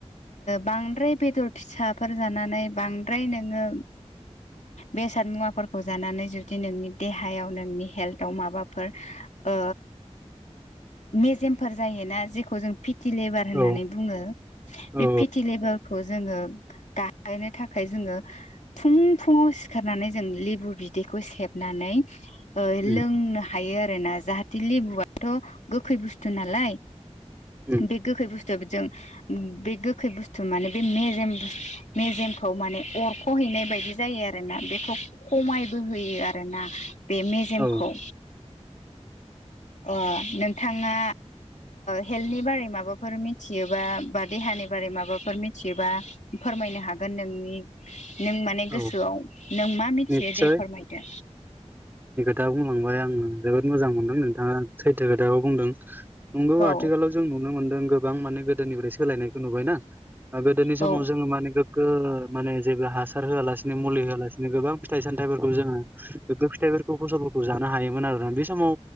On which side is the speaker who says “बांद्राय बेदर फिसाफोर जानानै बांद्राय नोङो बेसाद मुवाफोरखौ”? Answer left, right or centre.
Left